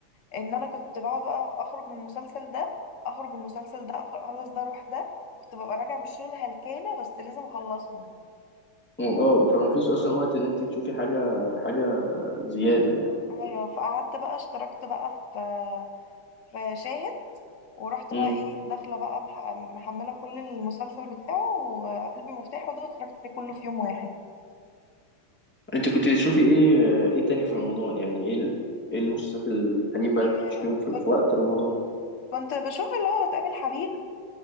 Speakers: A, on the left (about 45°); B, in the centre.
A: إن أنا كنت بقعد بقى أخرج من المسلسل ده أخرج من المسلسل ده أخلص ده أروح ده كنت ببقى راجعة من الشغل هلكانة بس لازم أخلصهم
B: اه فما فيش اصلا وقت ان انت تشوفي حاجه حاجه زياده يعني
A: ايوه فقعدت بقى اشتركت بقى في في شاهد ورحت
B: امم
A: بقى ايه داخله بقى مح- محمله كل المسلسل بتاعه وقلبي مفتاحه ده واتفرجت عليه كله في يوم واحد
B: انت كنت بتشوفي ايه ايه تاني في رمضان يعني ايه ال- ايه المسلسلات التانيين بقى
A: آه،
B: اللي كنت بتشوفيهم في,
A: كنت
B: في وقت رمضان
A: كنت بشوف اللي هو تقابل حبيب